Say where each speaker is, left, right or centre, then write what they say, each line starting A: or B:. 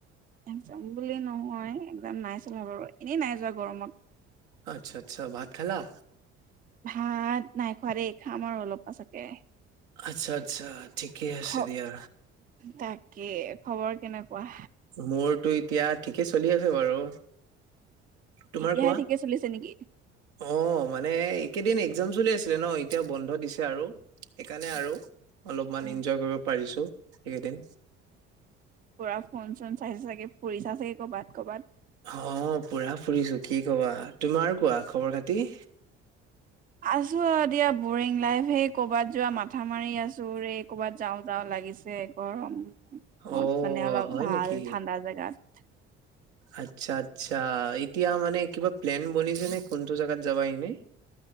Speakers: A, on the right; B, on the right.
A: এক্জাম বুলি নহয় এক্জাম নাই চলা বাৰু এনেই নাই যোৱা গৰমত।
B: আচ্ছা আচ্ছা, ভাত খালা?
A: ভাত নাই খোৱা দেই খাম আৰু অলপ পাছতে।
B: আচ্ছা আচ্ছা ঠিকে আছে
A: খ
B: দিয়া।
A: তাকে, খবৰ কেনেকুৱা?
B: মোৰতো এতিয়া ঠিকে চলি আছে বাৰু। তোমাৰ
A: এতিয়াহে
B: কোৱা
A: ঠিকে চলিছে নিকি?
B: অ মানে একেদিন এক্জাম চলি আছিলে ন এতিয়া বন্ধ দিছে আৰু। সেইকাৰণে আৰু অলপমান
A: উম
B: ইনজয় কৰিব পাৰিছো এইকেইদিন।
A: পুৰা ফোন চোন চাইছা চাগে, ফুৰিছা চাগে ক'বাত ক'বাত।
B: অ পুৰা ফুৰিছো কি কবা, তোমাৰ কোৱা খৱৰ-খাতি
A: আছোঁ আৰু দিয়া বৰিং লাইফ, সেই ক'বাত যোৱা মাথা মাৰি আছোঁ ৰে ক'বাত যাওঁ যাওঁ লাগিছে। গৰমত
B: অ',
A: মানে অলপ
B: হয়
A: ভাল
B: নেকি?
A: ঠাণ্ডা জেগাত।
B: আচ্ছা আচ্ছা এতিয়া মানে কিবা প্লেন বনিছে নে কোনটো জাগাত যাবা এনে?